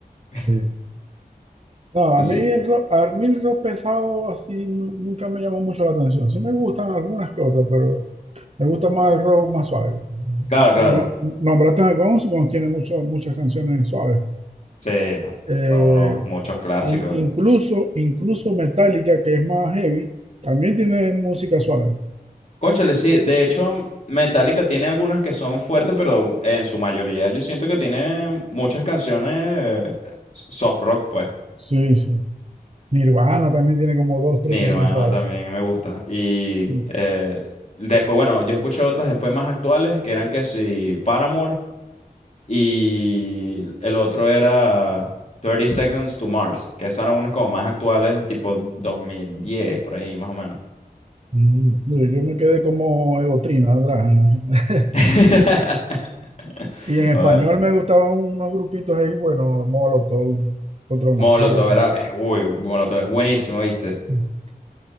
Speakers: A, on the left; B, on the right.
A: <laughs>
B: sí. No,
A: Entonces,
B: a mí el rock, a mí el rock pesado así nu- nunca me llamó mucho la atención. Sí me gustan algunas que otras, pero me gusta más el rock más suave.
A: claro, claro.
B: No, nombraste a Guns, Guns tiene mucho, muchas canciones suaves.
A: Sí, no.
B: Eh,
A: Bueno, unos muchos clásicos.
B: in- incluso, incluso Metallica, que es más heavy, también tiene música suave.
A: Cónchale, sí. De hecho, Metallica tiene algunas que son fuertes, pero en su mayoría yo siento que tiene muchas canciones eh, soft rock, pues.
B: Sí, sí. Nirvana también tiene como dos, tres
A: Mi
B: que
A: hermana
B: son suaves.
A: también me gusta. Y
B: Mm.
A: eh, después, bueno, yo escuché otras después más actuales que eran que si Paramore y el otro era Thirty Seconds to Mars, que esas eran unas como más actuales, tipo 2010, por ahí más o menos.
B: Mm, Yo yo me quedé como Egotrina atrás. ¿no? <laughs>
A: <laughs>
B: Y en español
A: Ay,
B: me gustaban unos grupitos ahí, bueno, Molotov, Control Machete.
A: Molotov era, es, uy, Molotov es buenísimo, ¿viste?
B: <clears throat>